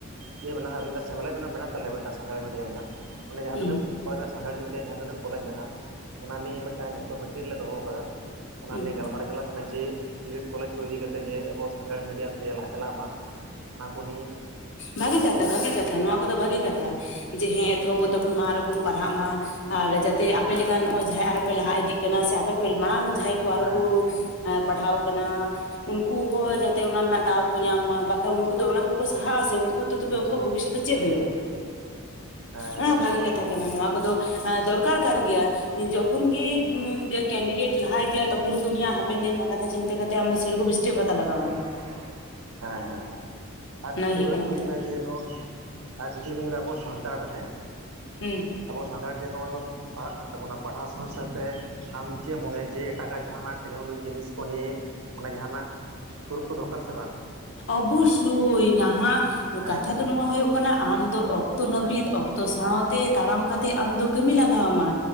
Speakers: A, on the right; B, on the left.
A: ᱤᱭᱟᱹ ᱢᱮᱱᱟᱜ-ᱟ ᱥᱮᱢᱞᱮᱫ ᱢᱮᱱᱟᱜ ᱛᱟᱞᱮᱭᱟ ᱢᱤᱫᱴᱟᱝ ᱥᱟᱱᱛᱟᱲᱤ ᱢᱤᱰᱤᱭᱟᱢ ᱨᱮᱱᱟᱜ ᱚᱱᱮ ᱡᱟᱦᱟᱸ
B: ᱦᱩᱸ
A: ᱛᱤᱱᱟᱹᱜ ᱥᱟᱱᱛᱟᱲᱤ ᱢᱤᱰᱤᱭᱟᱢ ᱡᱟᱦᱟᱸ ᱛᱤᱱᱟᱹᱜ ᱠᱚᱞᱮᱡᱽ ᱢᱮᱱᱟᱜ-ᱟ ᱚᱱᱟ ᱱᱤᱭᱮ ᱢᱤᱫᱴᱟᱝ ᱡᱚᱛᱚ ᱡᱮᱴᱤᱱ ᱞᱮ ᱫᱚᱦᱚ ᱟᱠᱟᱫᱟ ᱚᱱᱟ
B: ᱦᱩᱸ
A: ᱱᱤᱭᱟᱹ ᱜᱟᱞᱢᱟᱨᱟᱣ ᱪᱟᱞᱟᱜ ᱠᱟᱱᱟ ᱡᱮ ᱵᱤ ᱮᱰ ᱠᱚᱞᱮᱡᱽ ᱠᱚ ᱤᱫᱤ ᱠᱟᱛᱮ ᱡᱮ ᱟᱵᱚ ᱥᱟᱱᱛᱟᱲᱤ ᱢᱮᱰᱤᱭᱟᱢ ᱡᱮ ᱞᱟᱦᱟ ᱪᱟᱞᱟᱜ ᱢᱟ ᱚᱱᱟ ᱠᱚ ᱱᱤᱭᱮᱢ
B: ᱵᱷᱟᱜᱤ ᱠᱟᱛᱷᱟ ᱵᱷᱟᱜᱤ ᱠᱟᱛᱷᱟ ᱱᱚᱣᱟ ᱠᱚᱫᱚ ᱵᱷᱟᱜᱤ ᱠᱟᱛᱷᱟ
A: ᱦᱩᱸ
B: ᱡᱮ ᱦᱮᱸ ᱮᱛᱚᱦᱚᱵ
A: ᱦᱩᱸ
B: ᱛᱟᱵᱚᱱ ᱢᱟᱨᱵᱚᱱ ᱯᱟᱲᱦᱟᱜ ᱢᱟ ᱟᱨ ᱡᱟᱛᱮ ᱟᱯᱮ
A: ᱦᱮᱸ
B: ᱞᱮᱠᱟ
A: ᱦᱮᱸ
B: ᱱᱚᱜ-ᱚᱭ ᱡᱟᱦᱟᱸᱭ ᱟᱨᱚᱯᱮ ᱞᱟᱦᱟ ᱤᱫᱤᱜ ᱠᱟᱱᱟ ᱥᱮ ᱟᱯᱮ ᱠᱷᱚᱱ ᱢᱟᱲᱟᱝ ᱡᱟᱦᱟᱸᱭ ᱟᱨᱚ
A: ᱦᱮᱸ
B: ᱠᱚ ᱯᱟᱲᱦᱟᱣ ᱟᱠᱟᱱᱟ ᱩᱱᱠᱩ ᱦᱚᱸ ᱡᱟᱛᱮ ᱚᱱᱟ ᱨᱮᱱᱟᱜ ᱫᱟᱣ ᱠᱚ ᱧᱟᱢ ᱢᱟ ᱵᱟᱠᱷᱟᱡ ᱩᱱᱠᱩ ᱫᱚ ᱚᱱᱟ ᱠᱷᱚᱡ ᱠᱚ ᱥᱟᱦᱟᱜ ᱟᱥᱮ ᱩᱱ ᱠᱩ ᱛᱚᱵᱮ
A: ᱦᱮᱸ ᱦᱮᱸ
B: ᱩᱱᱠᱩᱣᱟᱜ ᱵᱷᱚᱵᱤᱥᱥᱚᱛ ᱫᱚ ᱪᱮᱫ ᱦᱩᱭᱩᱜ-ᱟ
A: ᱦᱮᱸ ᱦᱮᱸ ᱮᱠᱫᱚᱢ
B: ᱚᱱᱟ
A: ᱮᱠᱫᱚᱢ
B: ᱵᱷᱟᱜᱤ
A: ᱦᱮᱸ
B: ᱠᱟᱛᱷᱟ ᱠᱟᱱᱟ ᱱᱚᱣᱟ ᱠᱚᱫᱚ ᱫᱚᱨᱠᱟᱨ ᱠᱟᱱ ᱜᱮᱭᱟ ᱡᱚᱠᱷᱚᱱ ᱜᱮ <unintelligible> ᱠᱮᱱᱰᱤᱰᱮᱴ ᱞᱟᱦᱟ ᱤᱫᱤᱭᱟᱜ ᱛᱚᱠᱷᱚᱱ ᱜᱮ ᱩᱱᱤᱭᱟᱜ ᱦᱟᱯᱮᱱ ᱫᱤᱱ ᱨᱮᱱᱟᱜ ᱠᱟᱛᱷᱟ ᱪᱤᱱᱟᱹ ᱠᱟᱛᱮ ᱟᱢ ᱥᱮᱨᱚᱠᱚᱢ ᱥᱴᱮᱯ ᱦᱟᱛᱟ ᱞᱟᱜᱟᱣᱟᱢᱟ
A: ᱦᱮᱸ
B: ᱾
A: ᱦᱮᱸ ᱦᱮᱸ ᱟᱨ
B: ᱚᱱᱟ
A: ᱠᱤᱪᱷᱩ
B: ᱜᱮ ᱦᱩᱭᱩᱜ
A: ᱜᱟᱲᱤᱪ
B: ᱠᱟᱱᱟ
A: ᱤᱧ ᱠᱩᱞᱤ
B: ᱠᱟᱛᱷᱟ
A: ᱢᱮᱭᱟ ᱾ ᱡᱮ ᱱᱚᱣᱟ ᱟᱨ ᱠᱤᱪᱷᱩ ᱟᱵᱚ ᱥᱟᱱᱛᱟᱲ ᱦᱮᱸᱻ ᱾
B: ᱦᱮᱸ ᱻ ᱾
A: ᱟᱵᱚ ᱥᱟᱱᱛᱟᱲ ᱡᱮ ᱱᱚᱜ-ᱚᱭ ᱯᱟᱲᱦᱟᱜ ᱠᱟᱱ ᱛᱟᱵᱚᱱᱟ ᱯᱟᱲᱦᱟᱣ ᱥᱟᱶ ᱥᱟᱶᱛᱮ ᱾ ᱟᱢ ᱪᱮᱫ ᱮᱢ ᱢᱚᱱᱮᱭᱟ ᱡᱮ ᱮᱴᱟᱜᱟᱜ ᱡᱟᱦᱟᱱᱟᱜ ᱴᱮᱠᱱᱳᱞᱚᱡᱤ ᱡᱤᱱᱤᱥ ᱠᱚ ᱱᱤᱭᱮ ᱚᱱᱮ ᱡᱟᱦᱟᱱᱟᱜ ᱠᱩᱨᱩᱢᱩᱴᱩ ᱫᱚᱨᱠᱟᱨ ᱥᱮ ᱵᱟᱝ ᱾
B: ᱚᱵᱚᱥᱳᱭ ᱱᱟᱦᱟ ᱾
A: ᱦᱮᱸ
B: ᱠᱟᱛᱷᱟ ᱫᱚ ᱱᱚᱶᱟ ᱦᱳᱭᱳᱜ ᱠᱟᱱᱟ ᱟᱢᱫᱚ ᱚᱠᱛᱚ ᱱᱟᱹᱯᱤᱛ
A: ᱦᱮᱸ
B: ᱚᱠᱛᱚ ᱥᱟᱶ ᱾ ᱛᱮ ᱛᱟᱲᱟᱢ ᱠᱟᱛᱮ ᱟᱢ ᱫᱚ ᱠᱟᱹᱢᱤ ᱞᱟᱜᱟᱣ ᱟᱢᱟ